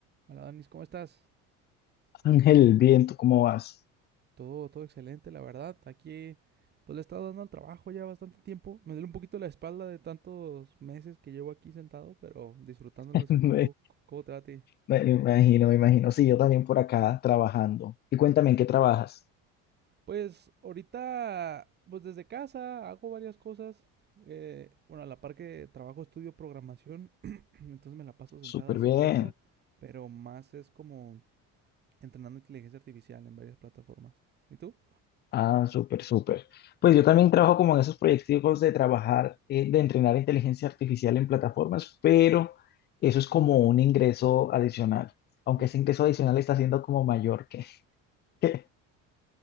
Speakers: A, on the right; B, on the left.
A: Hola Danis, ¿cómo estás?
B: Ángel, bien, ¿tú cómo vas?
A: Todo, todo excelente, la verdad. Aquí, pues le he estado dando al trabajo ya bastante tiempo. Me duele un poquito la espalda de tantos meses que llevo aquí sentado, pero disfrutándolo
B: <laughs>
A: así
B: Me,
A: un poco. C- ¿Cómo te va a ti?
B: me imagino, me imagino. Sí, yo también por acá trabajando. Y cuéntame, ¿en qué trabajas?
A: Pues ahorita, pues desde casa hago varias cosas. Eh, bueno, a la par que trabajo, estudio programación, <clears throat> entonces me la paso sentado
B: Súper
A: haciendo
B: bien.
A: eso, pero más es como entrenando inteligencia artificial en varias plataformas. ¿Y tú?
B: Ah, súper, súper. Pues yo también trabajo como en esos proyectos de trabajar, eh, de entrenar inteligencia artificial en plataformas, pero eso es como un ingreso adicional. Aunque
A: Mm,
B: ese ingreso adicional está siendo como mayor que, <laughs> que,